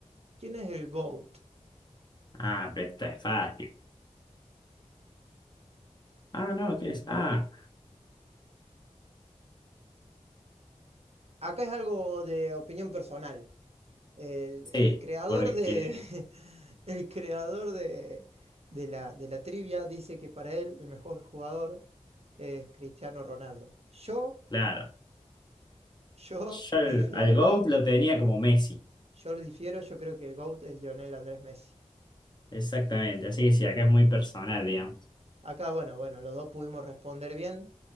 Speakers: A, on the right (about 55°); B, on the left (about 35°).
A: ¿Quién es el GOAT?
B: Ah, pero esta es fácil. Ah, no, tienes. Ah,
A: Acá es algo de opinión personal. El,
B: sí,
A: el creador
B: porque,
A: de, <laughs> el creador de, de la, de la trivia dice que para él el mejor jugador es Cristiano Ronaldo. Yo,
B: claro.
A: yo
B: Yo
A: difiero.
B: al, al GOAT lo tenía como Messi.
A: Yo lo difiero, yo creo que el GOAT es Lionel Andrés Messi.
B: Exactamente. Así que sí, acá es muy personal, digamos.
A: Acá, bueno, bueno, los dos pudimos responder bien